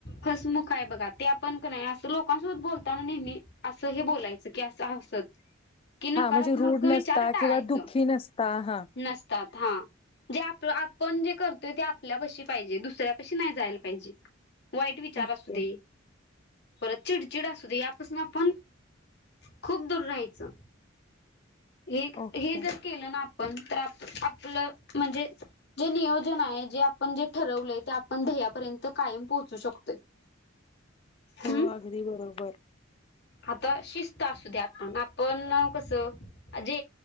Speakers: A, on the left; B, on the left.
A: हसमुख आहे बघा ते आपण नाही असं लोकांसोबत बोलताना नेहमी असं हे बोलायचं की असं हसत कि नकारात्मक
B: हा म्हणजे रूढ नसता
A: विचार टाळायचं
B: किंवा दुःखी नसता हा
A: नसतात हा जे आप आपण जे करतोय ते आपल्या पशी पाहिजे दुसऱ्यापाशी नाही जायला पाहिजे वाईट विचार
B: ओके
A: असू दे परत चिडचिड असुदे यापासून आपण खूप दूर राहायचं हे
B: ओके
A: हे जर केलं ना आपन आपलं म्हणजे जे नियोजन आहे जे आपण जे ठरवलंय ते आपण ध्येपर्यंत तर कायम पोहोचू शकतोय <inaudible>
B: हो
A: हम्म
B: अगदी बरोबर
A: आता शिस्त असू दे्या आपण आपण कसं जे